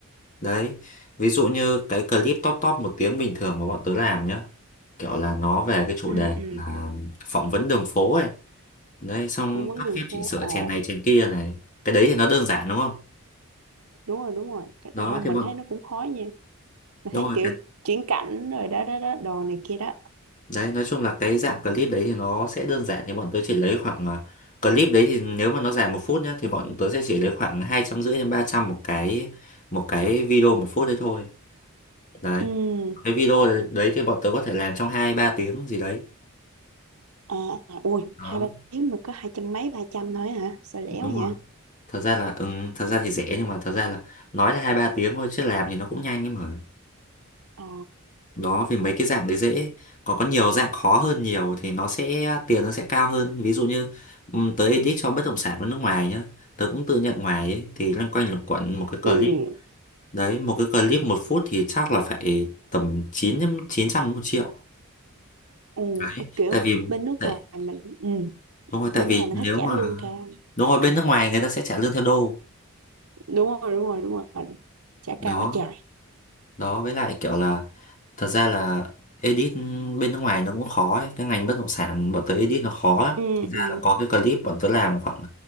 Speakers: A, on the left; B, on the right.
A: Đấy. Ví dụ như cái clip top top một tiếng bình thường mà bọn tớ làm nhá. Kiểu là nó về cái chủ
B: ừ
A: đề
B: ừ
A: là phỏng vấn đường phố ấy. Đấy, xong
B: phỏng vấn
A: cắt
B: đường
A: ghép chỉnh
B: phố
A: sửa
B: ờ
A: chèn này chèn kia này. Cái đấy thì nó đơn giản đúng không?
B: đúng rồi đúng rồi cái
A: Đó
B: nào không
A: thì
B: mình
A: bọn
B: thấy nó cũng khó nha mình
A: đúng
B: thấy
A: rồi
B: kiểu chuyển cảnh rồi đó đó đó đồ này kia đó
A: Đấy, nói chung là cái dạng clip đấy thì nó sẽ đơn giản thì bọn tớ chỉ lấy khoảng à, clip đấy thì nếu mà nó dài một phút nhá thì bọn tớ sẽ chỉ lấy khoảng hai trăm rưỡi đến ba trăm một cái một cái video một phút đấy thôi. Đấy.
B: ừ
A: Cái video đấy đấy thì bọn tớ có thể làm trong hai ba tiếng gì đấy.
B: à, à, ui
A: Đó,
B: hai ba tiếng mà có hai trăm mấy ba trăm thôi hả sao rẻ
A: đúng
B: quá vậy
A: rồi. Thật ra là ừ, thật ra thì rẻ nhưng mà thật ra là nói là hai ba tiếng thôi chứ làm thì nó cũng nhanh ấy mà.
B: ờ
A: đó vì mấy cái dạng đấy dễ còn có nhiều dạng khó hơn nhiều thì nó sẽ tiền nó sẽ cao hơn ví dụ như ừm, tớ edit cho bất động sản của nước ngoài nhá tớ cũng tự nhận ngoài ấy, thì loanh quanh luẩn quẩn một cái clip
B: ừ,
A: đấy một cái clip một phút thì chắc là phải tầm chín chín trăm một triệu
B: ừ,
A: đấy
B: ấy kiểu
A: tại vì
B: bên nước
A: tại
B: ngoài mình ừ,
A: đúng rồi tại
B: bên
A: vì
B: nước ngoài mình
A: nếu
B: thích trả
A: mà
B: lương cao
A: đúng rồi bên nước ngoài người ta sẽ trả lương theo đô
B: đúng rồi đúng rồi đúng rồi trả
A: đó
B: cao quá trời
A: đó với lại kiểu là thật ra là edit bên nước ngoài nó cũng khó ấy. cái ngành bất động sản bọn tớ edit nó khó lắm
B: ừ,
A: thành ra
B: ừ.
A: là có cái clip bọn tớ làm khoảng